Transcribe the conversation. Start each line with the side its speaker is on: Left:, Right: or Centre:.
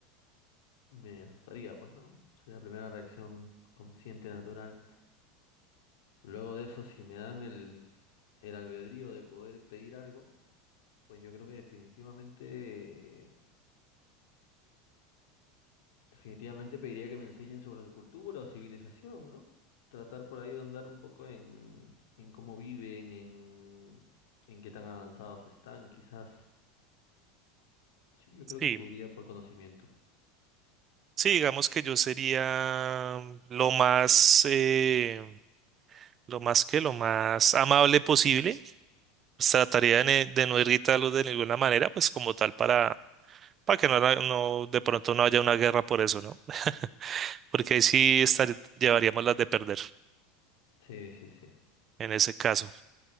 Left: me asustaría, pues, ¿no? Sería la primera reacción consciente, natural. Luego de eso, si me dan el, el albedrío de poder pedir algo, pues yo creo que definitivamente, definitivamente pediría que me enseñen sobre su cultura o civilización, ¿no? Tratar por ahí de andar un poco en, en cómo viven, en, en qué tan avanzados están, quizás. Sí, yo creo
Right: Sí.
Left: que pediría por conocimiento.
Right: Sí, digamos que yo sería lo más, eh, lo más que, lo más amable posible. Pues trataría de, ne- de no irritarlos de ninguna manera, pues como tal para, para que no, haga- no, de pronto no haya una guerra por eso, ¿no? <laughs> Porque ahí sí estar, llevaríamos las de perder
Left: Sí, sí, sí.
Right: en ese caso.